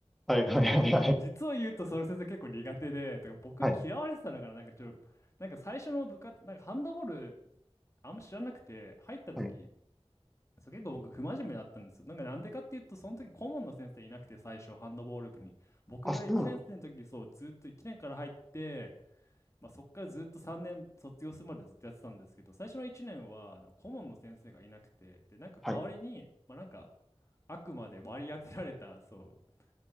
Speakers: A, in the centre; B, on the left (about 25°).
A: はいはいはいはい。
B: 僕、実を言うと、その先生結構苦手で、とか、僕嫌われてたのかな、
A: はい
B: なんかちょ、なんか最初の部活、なんかハンドボール、あんま知らなくて、入った時、
A: はい。
B: そう結構僕、不真面目だったんですよ。なんかなんでかっていうと、その時、顧問の先生いなくて、最初、ハンドボール部に。僕が1年生の時、
A: あ、そうなの
B: そう、ずっと1年から入って、まあ、そっからずっと3年卒業するまでずっとやってたんですけど、最初の1年は、なんか顧問の先生がいなくて、で、なんか代わりに、
A: はい。
B: まあ、なんか、あくまで割り当てられた、そう、